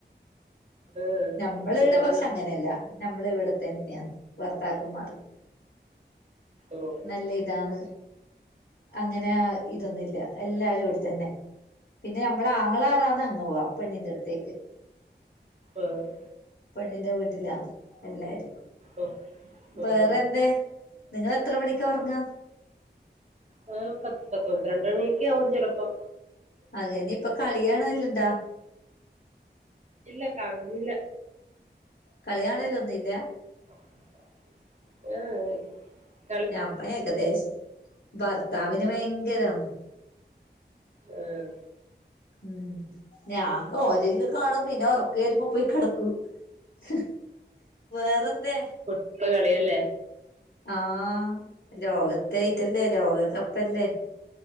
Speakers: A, on the right; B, on the left.
A: ആഹ്
B: നമ്മൾ
A: അഭിമാനം
B: ഇവിടെ പക്ഷെ അങ്ങനല്ല നമ്മൾ ഇവിടെ തന്നെയ ഭർത്താക്കന്മാർ
A: ഓഹ്
B: നല്ല ഇതാണ് അങ്ങനെ ഇതൊന്നുമില്ല എല്ലാവരും ഇവിടതന്നെ പിന്നെ നമ്മളെ ആങ്ങള ആറാന്നങ് പോവാ പെണ്ണിന്റെ അടുത്തേക്ക്
A: ആഹ്
B: പെണ്ണിന്റെ വീട്ടിലാ എല്ലാരും
A: ഓഹ് ഓഹ്
B: വേറെന്താ
A: ഓഹ്
B: നിങ്ങൾ എത്ര മണിക്കാ ഉറങ്ങാ
A: പ പത്ത് പന്ത്രണ്ട് മണിയൊക്കെ ആകും ചിലപ്പം
B: അതന്നെ ഇപ്പ കളിണോല്ലണ്ടാ
A: ഇല്ല കാണലില്ല
B: കളികാണലൊന്നുല്ലാ
A: ഏഹ
B: നഞമ്മ ഏകദേശം ഭർത്താവിന് ഭയങ്കരന്ന്
A: ആഹ
B: <unintelligible> ഓരരിക്ക കാണും പിന്നെ ഉറക്ക വരുമ്പോ പോയി കിടക്കൂ ഹ വേറെന്താ
A: ഇ കളിയല്ലേ
B: ആഹ ലോകത്തെ ഇതല്ലേ ലോകകപ്പല്ലേ